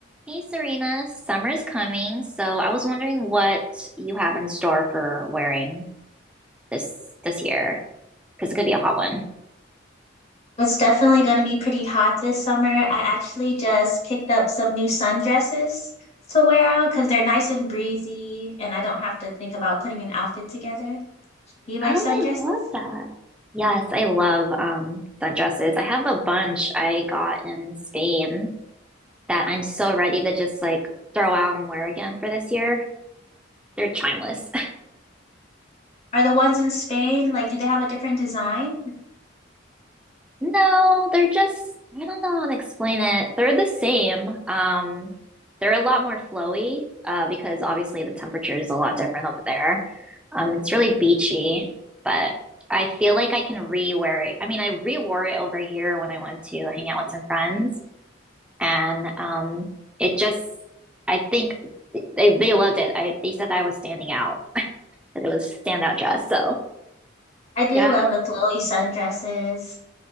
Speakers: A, in the centre; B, on the left.
A: Hey Serena, summer's coming, so I was wondering what you have in store for wearing this this year because it's gonna be a hot one.
B: It's definitely going to be pretty hot this summer. I actually just picked up some new sundresses to wear out because they're nice and breezy, and I don't have to think about putting an outfit together. Do you like
A: Oh,
B: sundresses?
A: I love that. Yes, I love um sundresses. I have a bunch I got in Spain that I'm so ready to just like throw out and wear again for this year. They're timeless.
B: Are the ones in Spain, like, do they have a different design?
A: No, they're just, I don't know how to explain it. They're the same. Um, they're a lot more flowy, uh, because obviously the temperature is a lot different over there. Um, it's really beachy, but I feel like I can re-wear it. I mean, I re-wore it over here when I went to hang out with some friends, and um, it just, I think they they loved it. I they said that I was standing out, that it was a standout dress. So
B: I do
A: yeah,
B: love the flowy sundresses.